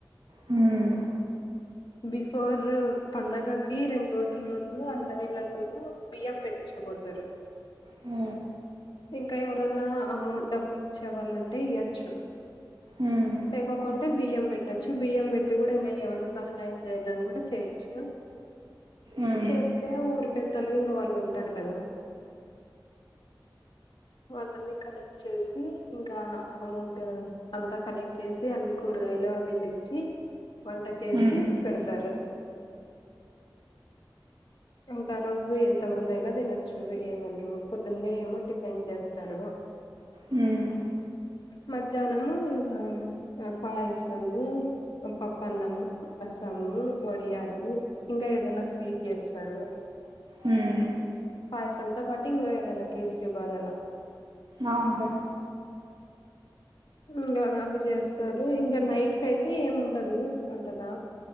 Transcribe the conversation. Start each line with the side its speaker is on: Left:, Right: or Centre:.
Right: హోమ్
Left: బిఫోర్ పండగకి రెండు రోజుల ముందు అందరిళ్లలోనూ బియ్యం పెట్టించుకపోతారు
Right: హ
Left: ఇంకా ఎవరన్నా అమౌంట్ డబ్బులు ఇచ్చేవాళ్ళంటే ఇయొచ్చు
Right: ఉమ్
Left: లేకకుంటే బియ్యం పెట్టొచ్చు బియ్యం పెట్టి కూడా ఇంకా ఏమైనా సహాయం చేయాలని కూడా చేయచ్చు
Right: ఉమ్
Left: చేస్తే ఊరి పెత్తలు ఇంక వాళ్ళు ఉంటారు కదా వాళ్ళనీ కలెక్ట్ చేసి ఇంకా అమౌంట్ అంతా కలెక్ట్ చేసి అన్ని కూరగాయలు అవి తెచ్చి వంట చేసి
Right: ఉమ్
Left: చేసి పెడతారు ఇంకా రోజు ఎంత మంది అయినా తినొచ్చు ఏమనరు పొద్దున్న ఏమో టిఫిన్ చేస్తారు
Right: హమ్
Left: మద్యనము ఇంకా పాయసము పప్పన్నము ము వడియాలు ఇంకా ఏదనా స్వీట్ చేస్తారు
Right: ఉం
Left: పాయసంతో పాటి ఇంగో ఏదన్నా కేస్రీ బాద అలా
Right: అవునుంటా
Left: ఇంకా అవి చేస్తారు ఇంకా నైట్ క అయితే ఏమి ఉండదు అంతగా